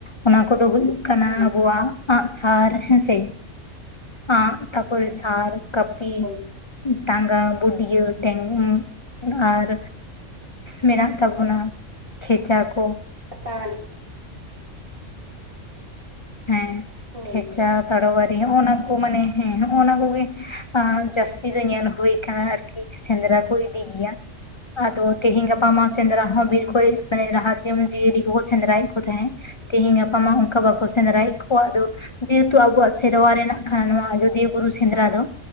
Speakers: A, on the left (about 45°); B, on the right (about 50°).
A: ᱚᱱᱟ ᱠᱚᱫᱚ ᱦᱩᱭᱩᱜ ᱠᱟᱱᱟ
B: ᱦᱩᱸ
A: ᱟᱵᱚᱣᱟᱜ ᱟᱸᱜ ᱥᱟᱨ ᱦᱮᱸᱥᱮ ᱟᱸᱜ ᱛᱟᱯᱚᱨᱮ ᱥᱟᱨ ᱠᱟᱹᱯᱤ
B: ᱦᱳᱭ
A: ᱴᱟᱸᱜᱟ ᱵᱩᱰᱭᱟᱹ ᱴᱮᱝ ᱩᱸ ᱟᱨ ᱢᱮᱱᱟᱜ ᱛᱟᱵᱚᱱᱟ ᱠᱷᱮᱪᱟ ᱠᱚ
B: ᱛᱟᱞ
A: ᱦᱮᱸ
B: ᱦᱳᱭ
A: ᱠᱷᱮᱪᱟ
B: ᱦᱳᱭ
A: ᱛᱟᱲᱣᱟᱨᱤ ᱦᱚᱸᱜᱚ ᱱᱟ ᱠᱚ ᱢᱟᱱᱮ ᱦᱮᱸ ᱦᱚᱜᱼᱱᱟ ᱠᱚᱜᱮ ᱡᱟᱹᱥᱛᱤ ᱫᱚ ᱧᱮᱞ ᱦᱩᱭ ᱟᱠᱟᱱᱟ ᱟᱨᱠᱤ ᱥᱮᱸᱫᱽᱨᱟ ᱠᱚ ᱤᱫᱤ ᱜᱮᱭᱟ ᱟᱫᱚ ᱛᱮᱦᱤᱧ ᱜᱟᱯᱟ ᱢᱟ ᱥᱮᱸᱫᱽᱨᱟ ᱦᱚᱸ ᱵᱤᱨ ᱠᱚᱨᱮ ᱢᱟᱱᱮ ᱨᱟᱦᱟ ᱛᱮᱚᱱ ᱡᱤᱭᱟᱹᱞᱤ ᱠᱚᱦᱚᱸ ᱥᱮᱸᱫᱽᱨᱟᱭᱮᱫ ᱠᱚ ᱛᱟᱦᱮᱸᱫ ᱛᱮᱤᱦᱤᱧ ᱜᱟᱯᱟ ᱢᱟ ᱚᱱᱠᱟ ᱵᱟᱠᱚ ᱥᱮᱸᱫᱽᱨᱟ ᱭᱮᱫ ᱠᱚᱣᱟᱜ ᱫᱚ ᱡᱮᱦᱮᱛᱩ ᱟᱵᱚᱣᱟᱜ ᱥᱮᱨᱣᱟ ᱨᱮᱱᱟᱜ ᱠᱟᱱᱟ ᱱᱚᱶᱟ ᱟᱡᱚᱫᱤᱭᱟᱹ ᱵᱩᱨᱩ ᱥᱮᱸᱫᱽᱨᱟ ᱫᱚ